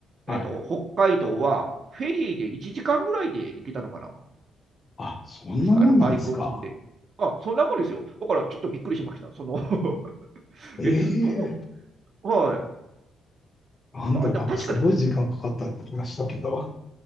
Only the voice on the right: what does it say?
えっと、北海道は、フェリーで1時間ぐらいで行けたのかな。
確か、あの、バイクを積んで。あ、そんなもんですよ。だから、ちょっとびっくりしました。その <laughs>
え、どう、はい。
あ、でも確かに、